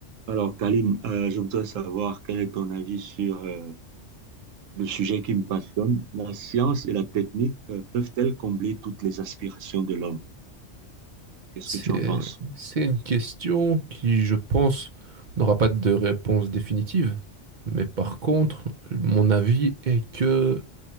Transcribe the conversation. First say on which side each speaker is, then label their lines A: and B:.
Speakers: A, on the right; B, on the right.
A: Alors, Kaline, euh, je voudrais savoir quel est ton avis sur euh, le sujet qui me passionne. La science et la technique euh, peuvent-elles combler toutes les aspirations de l'homme? Qu'est-ce
B: C'est,
A: que tu en penses?
B: c'est une question qui, je pense, n'aura pas de réponse définitive. Mais par contre, mon avis est que